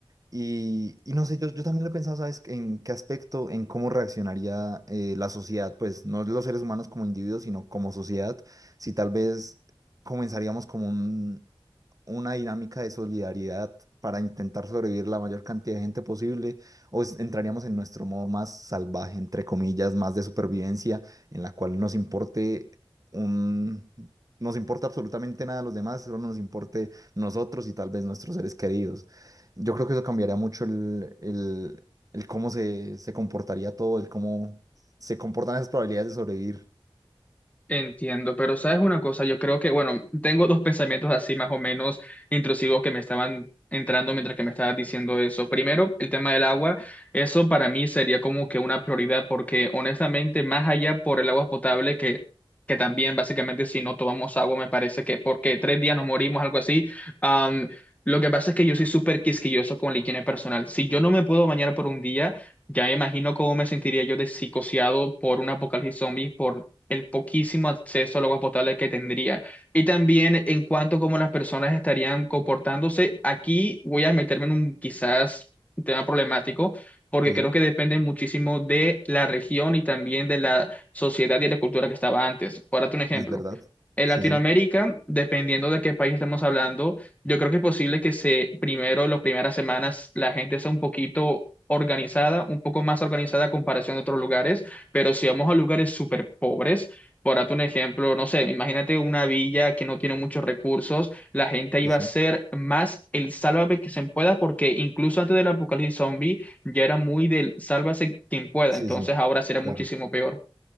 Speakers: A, on the right; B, on the left.
A: Y, y no sé, yo, yo también lo he pensado, ¿sabes? En qué aspecto, en cómo reaccionaría eh, la sociedad, pues no los seres humanos como individuos, sino como sociedad, si tal vez comenzaríamos como un, una dinámica de solidaridad para intentar sobrevivir la mayor cantidad de gente posible, o es- entraríamos en nuestro modo más salvaje, entre comillas, más de supervivencia, en la cual nos importe un... nos importa absolutamente nada de los demás, solo nos importe nosotros y tal vez nuestros seres queridos. Yo creo que eso cambiaría mucho el, el, el cómo se, se comportaría todo, el cómo se comportan esas probabilidades de sobrevivir.
B: Entiendo, pero sabes una cosa, yo creo que, bueno, tengo dos pensamientos así más o menos intrusivos que me estaban entrando mientras que me estabas diciendo eso. Primero, el tema del agua, eso para mí sería como que una prioridad porque honestamente, más allá por el agua potable que... que también básicamente si no tomamos agua me parece que porque tres días nos morimos, algo así. am, lo que pasa es que yo soy súper quisquilloso con la higiene personal. Si yo no me puedo bañar por un día, ya me imagino cómo me sentiría yo de psicoseado por un apocalipsis zombie por el poquísimo acceso al agua potable que tendría. Y también en cuanto a cómo las personas estarían comportándose, aquí voy a meterme en un quizás tema problemático, porque
A: Sí,
B: creo
A: sí,
B: que depende muchísimo de la región y también de la sociedad y de la cultura que estaba antes. Por darte un ejemplo.
A: es verdad.
B: En
A: Sí,
B: Latinoamérica,
A: sí,
B: dependiendo de qué país estamos hablando, yo creo que es posible que se, primero, las primeras semanas, la gente sea un poquito organizada, un poco más organizada a comparación de otros lugares pero si vamos a lugares súper pobres, por darte un ejemplo, no sé, imagínate una villa que no tiene muchos recursos, la gente iba
A: sí, sí,
B: a ser más el sálvame que se pueda, porque incluso antes del apocalipsis zombie ya era muy del sálvase quien pueda,
A: sí,
B: entonces
A: sí,
B: ahora será muchísimo
A: claro.
B: peor.